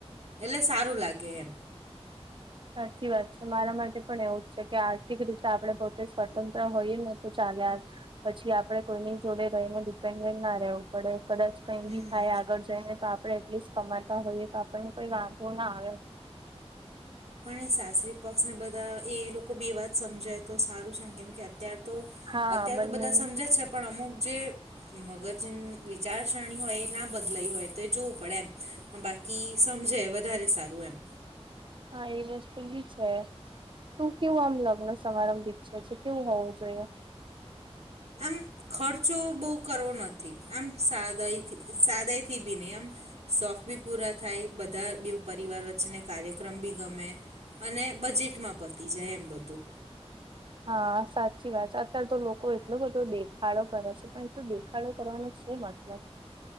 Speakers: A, on the right; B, on the right.
A: એટલે સારું લાગે એમ
B: સાચી વાત છે મારા માટે પણ એવું જ છે કે આર્થિક રીતે આપણે પોતે સ્વતંત્ર હોઈએ ને તો ચાલે પછી આપડે કોઈની જોડે રહીને ડિપેન્ડન્ટ ના રેવું પડે કદાચ કઈ
A: હમ
B: બી થાય આગળ જઈ ને તો આપ એટલીસ્ટ કમાતા હોઈએ તો આપણને કોઈ વાંધો ના આવે
A: પણ એ સાસરી પક્ષ ને બધા એ લોકો બે વાત સમજાય તો સારું છે ને કેમકે અત્યાર તો
B: હા
A: અત્યારે
B: બંને
A: તો બધા સમજ જ છે પણ અમુક જે મગજ વિચારસરણી હોય એ ના બદલાઈ હોય તો એ જોવું પડે એમ પણ બાકી બાકી સમજે વધારે સારું એમ
B: હા એ વસ્તુ બી છે તું કેવું આમ લગ્ન સમારંભ ઈચ્છે છે કેવું હોવું જોઈએ
A: આમ ખર્ચો બહુ કરવો નથી આમ સાદાથી સાદાથી બી નહીં આમ શોખ બી પૂરા થાય બધા બ પરિવાર વચ્ચેને કાર્યક્રમ બી ગમે અને બજેટમાં પતી જાય એમ બધું
B: હા સાચી વાત છે અત્યારે તો લોકો એટલો બધો દેખાડો કરે છે પણ એટું દે કાળો કરવાનો છે મતલબ